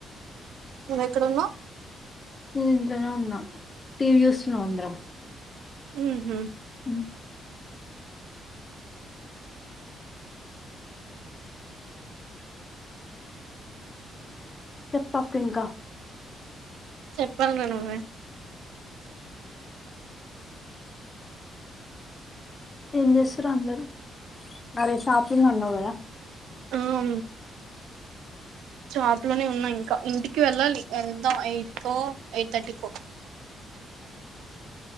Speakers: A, on the right; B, on the left.
A: నువ్వ ఎక్కడు ఉన్నావ్
B: ఇంట్లోనే ఉన్నాం టీవి చూస్తున్నం అందరం
A: ఉ హ్మ్
B: ఉ చెప్ప అక్క ఇంకా
A: చెప్పాలిరా నువ్వే
B: ఏం చేస్తారు అందరుూ అదే షాపింగ్ అన్నావు కదా
A: ఆవు షాప్ లోనే ఉన్నాం ఇంకా ఇంటికి వెళ్ళాలి వెళ్దాం ఎయిట్ కో ఎయిట్ థర్టీకో.